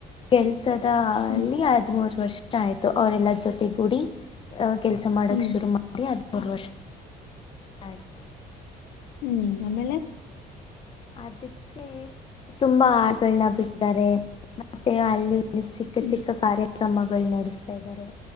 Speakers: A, on the left; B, on the left.
A: ಕೆಲ್ಸದ
B: ಹ್ಮ್,
A: ಅಲ್ಲಿ ಆದ್ ಮೂರು ವರ್ಷ ಷ ಆಯ್ತು ಅವರೆಲ್ಲ ಜೊತೆ ಗುಡಿ ಕೆಲಸ ಮಾಡಕ್
B: ಹ್ಮ್,
A: ಶುರು ಮಾಡಿ ಅ ಅವ ವಷ ಆಯ್ತು
B: ಹ್ಮ್ ಆಮೇಲೆ
A: ಅದಕ್ಕೆ ತುಂಬಾ ಆಡುಗಳನ್ನ ಬಿಟ್ಟಾರೆ ಮತ್ತೆ ಅಲ್ಲಿ ಚಿಕ್ಕ
B: ಹ್ಮ್,
A: ಚಿಕ್ಕ ಕಾರ್ಯಕ್ರಮಗಳು ನಡೆಸ್ತಾ ಇದ್ದಾರೆ